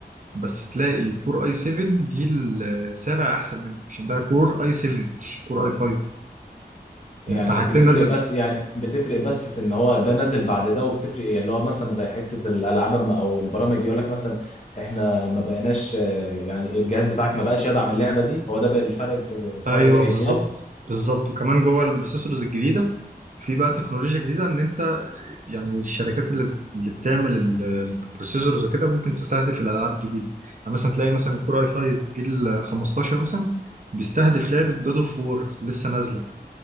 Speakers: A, on the right (about 50°); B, on the left (about 40°).
A: بس تلاقي كور اي 7 جيل آه، سابع احسن منه عشان ده كور اي 7 مش كور اي 5
B: يعني
A: يعني انت حاجتين
B: بتفرق بس يعني بتفرق بس في ان هو ده نازل بعد ده وبتفرق إيه؟ اللي هو مثلا زي حته الالعاب اما او البرامج يقول لك مثلا احنا ما بقيناش آه، يعني الجهاز بتاعك ما بقاش يدعم اللعبه دي هو ده بقى الفرق في في
A: ايوه
B: فرق الاجيال
A: بالظبط بالظبط وكمان جوه البروسيسورز الجديده في بقى تكنولوجيا جديده ان انت يعني الشركات اللي اللي بتعمل ال- البروسيسورز وكده ممكن تستهدف الالعاب الجديده يعني مثلا تلاقي مثلا كور اي 5 جيل 15 مثلا بيستهدف لعبه جاد اوف وور لسه نازله